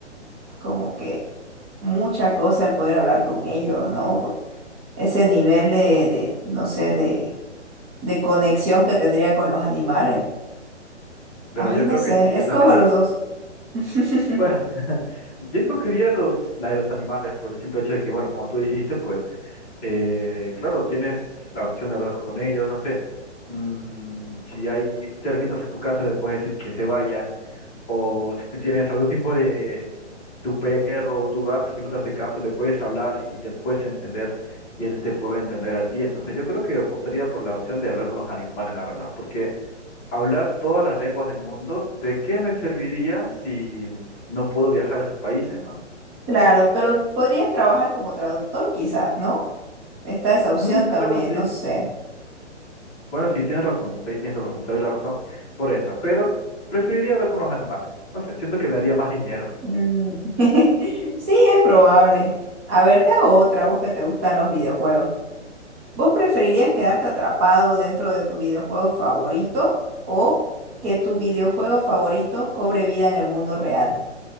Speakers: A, on the right (about 20°); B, on the left (about 15°).
A: como que mucha cosa el poder hablar con ellos, ¿no? Por ese nivel de, de, no sé, de, de conexión que tendría con los animales.
B: Bueno,
A: Ay,
B: yo
A: no
B: creo
A: sé,
B: que sí, yo
A: escojo
B: también.
A: los
B: eh,
A: dos. <laughs>
B: Bueno, <laughs> yo escogería los, la de los animales por el simple hecho de que, bueno, como tú dijiste, pues eh, claro, tienes la opción de hablar con ellos, no sé, mm, si hay termitas en tu casa, le puedes decir que se vayan, o si tienes algún tipo de tu perro o tu gato que no te hace caso, le puedes hablar y le puedes entender y él te puede entender a ti. Entonces yo creo que optaría por la opción de hablar con los animales, la verdad, porque hablar todas las lenguas del mundo, ¿de qué me serviría si no puedo viajar a esos países, ¿no?
A: Claro, pero podrías trabajar como traductor quizás, ¿no? Está esa opción
B: Mm,
A: también,
B: claro, sí.
A: no sé.
B: Bueno, sí, tienes razón, ahí tienes toda la razón, te doy la razón por esta, pero preferiría hablar con los animales. No sé, siento que me daría más dinero.
A: Mm. <laughs> Sí, es probable. A ver, te hago otra, vos que te gustan los videojuegos. ¿Vos preferirías quedarte atrapado dentro de tu videojuego favorito o que tu videojuego favorito cobre vida en el mundo real?